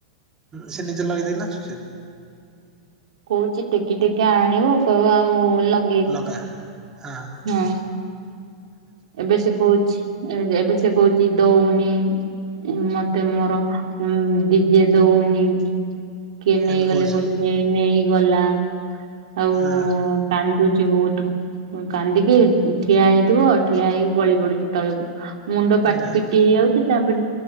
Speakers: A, on the right (about 20°); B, on the right (about 75°).
A: ସେ ନିଜେ ଲଗେଇ ଦେଇ ନାଚୁଚି?
B: କହୁଚି ଟେକି ଟେକି ଆଣିବ କହିବ ଆଉ ଲ
A: ଲଗା- ହଁ‌।
B: ହଁ। ଏବେ ସେ କହୁଚି ଏ -ଏବେ ସେ କହୁଚି ଦଉନି। ମତେ ମର ଉଁ- ଡିଜେ ଦଉନି। କିଏ ନେଇଗଲେ
A: ଏମିତି କହୁଛି
B: କହୁଚି ହେ ନେଇଗଲା ଆଉ
A: ହଁ
B: କାନ୍ଦୁଚି ବହୁତୁ କାନ୍ଦିକି ଠିଆ ହେଇଥିବ ଠିଆ ହେଇକି ଗଳି ପଡୁଚି ତଳକୁ ମୁଣ୍ଡ ପା-
A: ଯା
B: ପିଟି ହେଇଯାଉଚି ତାପରେ